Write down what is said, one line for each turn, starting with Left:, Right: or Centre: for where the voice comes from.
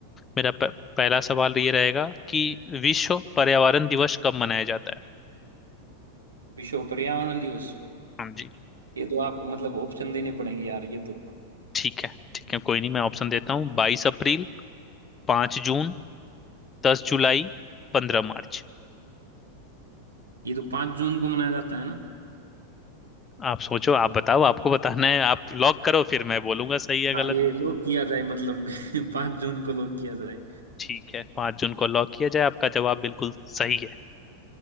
Left: मेरा प- पहला सवाल ये रहेगा कि विश्व पर्यावरण दिवस कब मनाया जाता है
Right: विश्व पर्यावरण दिवस
Left: हाँ जी
Right: ये तो आप मतलब ऑप्शन देने पड़ेंगे यार ये तो
Left: ठीक है ठीक है कोई नहीं मैं ऑप्शन देता हूँ बाईस अप्रैल पाँच जून दस जुलाई पंद्रह मार्च
Right: ये तो पाँच जून को मनाया जाता है ना
Left: आप सोचो आप बताओ आपको बताना है आप लॉक करो फिर मैं बोलूंगा सही है
Right: हाँ
Left: गलत
Right: ये लोग किया जाए मतलब <laughs> 5 जून को लोग किया जाए
Left: ठीक है पाँच जून को लॉक किया जाए आपका जवाब बिल्कुल सही है